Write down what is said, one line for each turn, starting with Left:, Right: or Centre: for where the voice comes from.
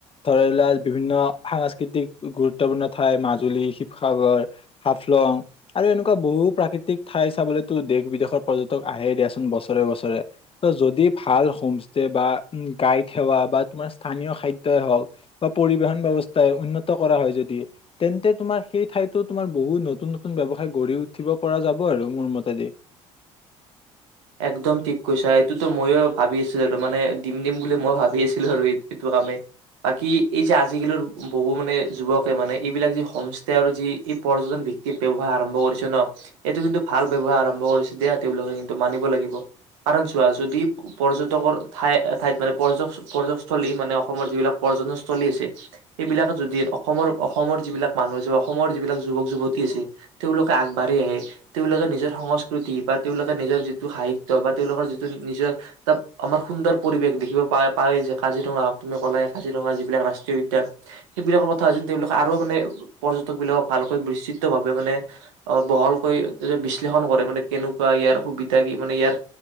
Left: ধৰি লোৱা বিভিন্ন সাংস্কৃতিক, গুৰুত্বপূৰ্ণ ঠাই, মাজুলী, শিৱসাগৰ, হাফলং আৰু এনেকুৱা বহু প্ৰাকৃতিক ঠাই চাবলৈতো দেশ বিদেশৰ পৰ্যটক আহে দিয়াচোন, বছৰে বছৰে, তো যদি ভাল হোমষ্টে বা গাইড সেৱা বা তোমাৰ স্থানীয় খাদ্যই হওক, বা পৰিবহন ব্যৱস্থাই উন্নত কৰা হয় যদি, তেন্তে তোমাৰ সেই ঠাইতো তোমাৰ বহুত নতুন নতুন ব্যৱসায়ৰ গঢ়ি উঠিব পৰা যাব আৰু, মোৰ মতে দেই।
Right: একদম ঠিক কৈছা এইটোতো ময়ো ভাবি আছিলো আৰু মানে দিম দিম বুলি মই ভাবি আছিলো আৰু এই এইটো কামে বাকী এই যে আজিকালিৰ বহু মানে যুৱকে মানে এইবিলাক যি হোমষ্টে আৰু যি এই পৰ্যটন ভিত্তিত ব্যবসায় আৰম্ভ কৰিছে ন এইটো কিন্তু ভাল ব্যৱসায় আৰম্ভ কৰিছে দিয়া তেওঁলোকে কিন্তু মানিব লাগিব কাৰণ চোৱা যদি পৰ্যটকৰ ঠাই ঠাইত মানে পৰ্য পৰ্যকস্থলী মানে অসমৰ যিবিলাক পৰ্যটনস্থলী আছে সেইবিলাকে যদি অসমৰ অসমৰ যিবিলাক মানুহ আছে বা অসমৰ যিবিলাক যুৱক যুৱতী আছে তেওঁলোকে আগবাঢ়ি আহে তেওঁলোকে নিজৰ সংস্কৃতি বা তেওঁলোকে নিজৰ যিটো সাহিত্য বা তেওঁলোকৰ যিটো নিজৰ ত আমাৰ সুন্দৰ পৰিৱেশ দেখিব পা পায় যে কাজিৰঙা হওক তুমি ক'লে কাজিৰঙা যিবিলাক ৰাষ্ট্ৰীয় উদ্যান সেইবিলাকৰ কথা যে তেওঁলোকে আৰু মানে পৰ্যটক বিলাকক ভালকৈ বিস্তিতভাৱে মানে অ বহলকৈ বিশ্লেষণ কৰে মানে কেনেকোৱা ইয়াৰ সুবিধা কি মানে ইয়াৰ